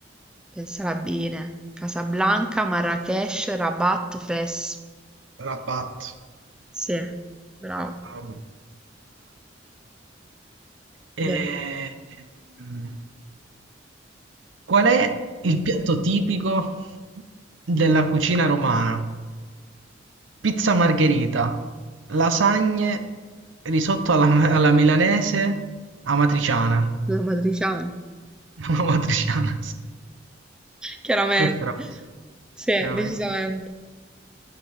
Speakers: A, in the centre; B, on the right.
A: Pensala bene. Casablanca, Marrakesh, Rabat, Fes.
B: Rabat.
A: Sì, bravo.
B: Ah, vabbè. Eh,
A: Beh,
B: ehm, Qual è il piatto tipico della cucina romana? Pizza margherita, lasagne, risotto alla, alla milanese, amatriciana.
A: una matriciana,
B: <laughs> Amatriciana, sì.
A: Chiaramente.
B: Questa era questa,
A: Sì,
B: chiaramente.
A: decisamente.